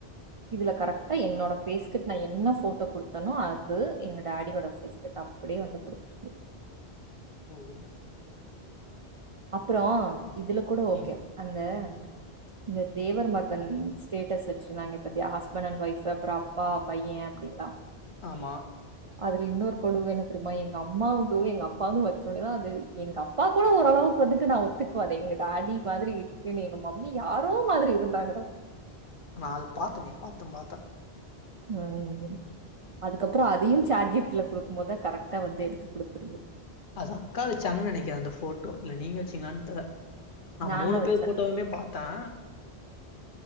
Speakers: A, on the right; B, on the left.
A: இதுல கரெக்ட்டா என்னோட ஃபேஸ் கட் நா என்ன ஃபோட்டோ குடுத்தனோ அது எங்க டாடியோட ஃபேஸ் கட் அப் புடே வந்து குடுத்து
B: ஓ சேரிங்க
A: அப்புறோ இதுல கூட ஓகே
B: ம்
A: அந்த இந்த தேவர் மகன் ஸ்டேட்டஸ் வச்சிர்ந்தாங்யே பாத்தியா ஹஸ்பண் அண் ஒய்ஃபு அப்புறோ ப்பா பையேன் அப்டின்லா
B: ஆமா
A: அதுல இன்னொர் கொடும என்ன தெரிமா எங்க அம்மாவுது எங்க அப்பாது வச் ஒட்னேதா அது எங்க அப்பா கூட ஒரளவு க்கு வந்துட்டு நா ஒத்துக்குவ அது எங்க டாடி மாதிரி இருக்கேனு எங்க மம்மி யாரோ மாதிரி இருந்தாங்கடா
B: நா அது பாத்தனே பாத்தன் பாத்த
A: ம் அதுக்கப்புறோ அதையு சாட் ஜீப்ட்ல குடுக்குமோதா கரெக்ட்டா வந்து எடுத்து குடுத்து
B: அது அக்கா வச்சாங்கன் நெனக்கிற அந்த ஃபோட்டோ இல்ல நீங்க வச்சீங்ளான் தெர்ல நா
A: நான்தா
B: மூணு
A: வச்சே
B: பேர் ஃபோட்டோவுமே பாத்த